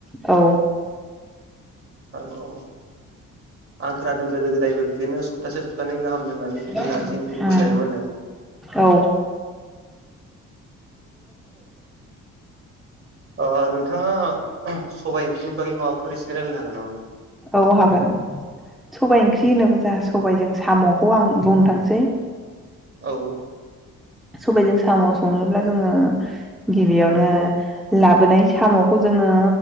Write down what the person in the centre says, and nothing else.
औ
उम
औ
औ हागोन सबाइ ओंख्रि होनोबा जोंहा सबाइजों सामखौ आं बुं- थांसै
सबायजों साम संनोब्ला जोङो गिबियावनो लाबोनाय सामखौ जों ओ